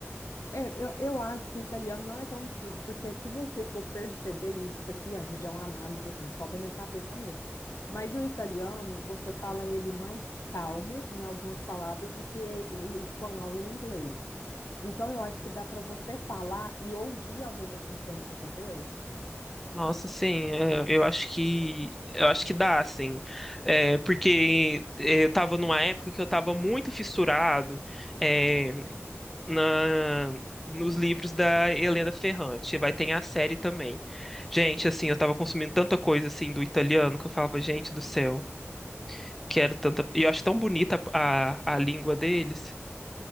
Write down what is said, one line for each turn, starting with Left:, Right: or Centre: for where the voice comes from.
Left: É, eu, eu acho que o italiano não é tão difícil, porque se você for perceber e isso aqui, amiga, é uma análise assim, só da minha cabeça mesmo. Mas o italiano, você fala ele mais calmo em algumas palavras do que o espanhol e o inglês. Então, eu acho que dá para você falar e ouvir ao mesmo tempo, entendeu?
Centre: Nossa, sim, é, eu acho que eu acho que dá, sim. É, porque é, eu estava numa época que eu estava muito fissurado, é, na nos livros da Helena Ferrante. Vai ter a série também. Gente, assim, eu tava consumindo tanta coisa assim do italiano que eu falava, gente do céu, quero tanta. E eu acho tão bonita a, a língua deles.